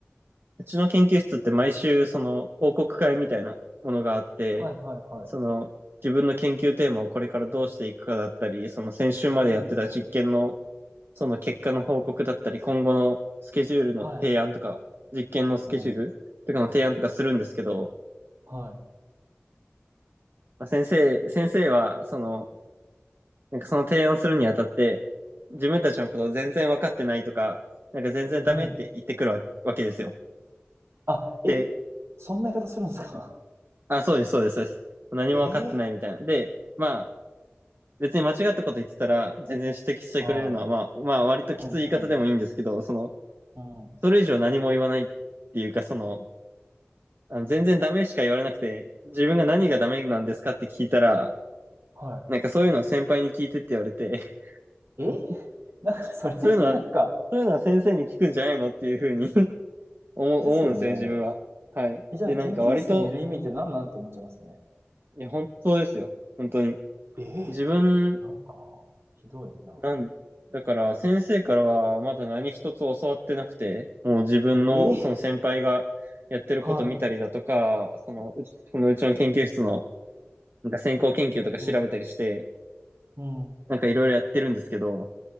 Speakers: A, on the right (about 55°); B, on the right (about 75°).
A: うちの研究室って毎週、その、報告会みたいなものがあって、
B: はいはいはい。
A: その、自分の研究テーマをこれからどうしていくかだったり、その先週までやってた実験の
B: うんうん。
A: その結果の報告だったり、今後のスケジュールの提案とか、
B: はい。
A: 実験のスケジュールとかの提案とかするんですけど、
B: うん。はい。
A: まあ、先生、先生は、その、なんかその提案するにあたって、自分たちのことを全然分かってないとか、なんか全然ダメって言ってくるわわけですよ。
B: うん。あ、
A: で、
B: え、そんな言い方するんですか？
A: あ、そうです、そうです、そうです。何も分かってないみたいな。
B: <laughs> ええ。
A: で、まあ、別に間違ったこと言ってたら、全然指摘してくれるのは、
B: は
A: まあ、まあ、割ときつい言い方でもいいんですけど、
B: い。うんうん。
A: その、
B: うん。
A: それ以上何も言わないっていうか、その、あの全然ダメしか言われなくて、自分が何がダメなんですかって聞いたら、
B: は
A: なんかそういうのは先輩に聞いてって言われて、
B: い。え？
A: <laughs>
B: <laughs> なんかそれってなんか
A: そういうのは、そういうのは先生に聞くんじゃないのっていうふうに <laughs> 思う思うんですよね、
B: ですよね。
A: 自分は。はい。
B: え、じゃあ研究室にいる意味って何なんって思っちゃいますよね。
A: で、なんか割と、いや、本当ですよ。本当に。
B: え
A: 自分、
B: なんかひどいな。
A: なん、だから先生からはまだ何一つ教わってなくて、もう自分のその先輩がやってること見たりだとか、
B: ええ、はい。
A: その、そのうちの研究室のなんか先行研究とか調べたりして、
B: うんうん。うん。
A: なんかいろいろやってるんですけど、